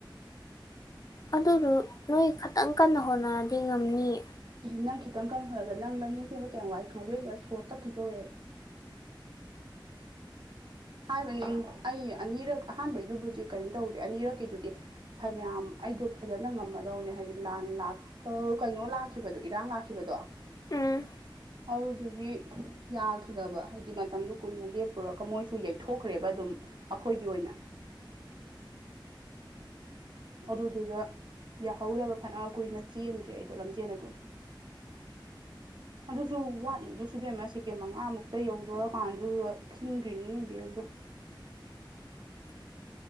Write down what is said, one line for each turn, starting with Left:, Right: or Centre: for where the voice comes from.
Left: ꯑꯗꯨꯗꯨ ꯅꯣꯏ ꯈꯇꯪꯀꯟꯅꯥ ꯍꯣꯠꯅꯔꯗꯤ ꯉꯝꯅꯤꯌꯦ
Right: ꯅꯪꯈꯤꯇꯪ ꯀꯟꯅ ꯍꯣꯠꯅꯕ ꯅꯪ ꯂꯝꯖꯦꯜꯆꯦꯟꯕ ꯀꯌꯥꯝꯋꯥꯏ ꯈꯪꯕ꯭ꯔꯥ ꯁꯣꯔꯒ ꯇꯠꯇꯣꯢ-ꯇꯧꯋꯦ ꯍꯥꯏꯕꯅꯤ ꯑꯩ ꯑꯅꯤꯔꯛ ꯑꯍꯥꯟꯕꯩꯗꯨꯕꯨꯗꯤ ꯀꯩꯝ ꯇꯧꯗꯦ ꯑꯅꯤꯔꯛꯀꯤꯗꯨꯗꯤ ꯐꯅꯌꯥꯝ ꯑꯩꯗꯣ ꯐꯖꯅ ꯉꯝꯃꯗꯧꯅꯦ ꯍꯥꯏꯗꯤ ꯂꯥꯟꯂꯥꯛꯀ ꯀꯩꯅꯣ ꯂꯥꯛꯈꯤꯕꯗꯣ ꯏꯔꯥꯡ ꯂꯥꯛꯈꯤꯕꯗꯣ
Left: ꯎꯪ
Right: ꯑꯧꯗꯨꯗꯨꯒꯤ ꯌꯥꯈꯤꯗꯕꯥ ꯍꯥꯏꯗꯤ ꯃꯇꯝꯗꯨ ꯀꯨꯏꯅ ꯂꯦꯞꯄꯨꯔꯒ ꯃꯣꯏꯁꯨ ꯌꯩꯊꯣꯛꯈ꯭ꯔꯦꯕꯥ ꯑꯗꯨꯝ ꯑꯩꯈꯣꯏꯒꯤꯑꯣꯏꯅ ꯑꯗꯨꯗꯨꯗ ꯌꯥꯍꯧꯗꯕ ꯐꯅꯀꯨꯏꯅ ꯆꯦꯟꯈ꯭ꯔꯦ ꯑꯩꯗꯣ ꯂꯝꯖꯦꯜ ꯑꯗꯨꯝ
Left: INAUDIBLE
Right: ꯑꯗꯨꯖꯨ ꯋꯥꯠꯂꯤꯗꯨꯖꯨ ꯏꯕꯦꯝꯃ ꯁꯦꯀꯦꯟ ꯃꯉꯥꯃꯨꯛꯇ ꯌꯧꯗꯣꯔꯀꯥꯟꯗꯨꯗ ꯈꯤꯡꯒ꯭ꯔꯤꯅꯤꯅꯦ ꯕꯦꯜꯗꯣ
Left: INAUDIBLE